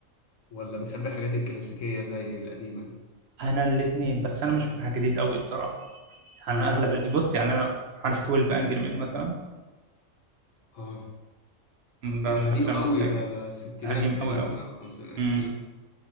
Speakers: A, on the left (about 75°); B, on the right (about 65°).
A: ولا بتحب الحاجات الكلاسيكية زي القديمة دي
B: أنا الاتنين بس أنا مش بتاع جديد أوي بصراحة يعني
A: امم
B: أنا أغلب اللي بص يعني أنا عارف 12
A: مم.
B: أنجري مان مثلا
A: اه
B: م، ده
A: ده
B: من
A: قديم
B: الأفلام
A: قوي
B: اللي بتعجبني
A: ده ده الستينات
B: قديم
A: تقريبا
B: أوي أوي
A: او خمسينات
B: امم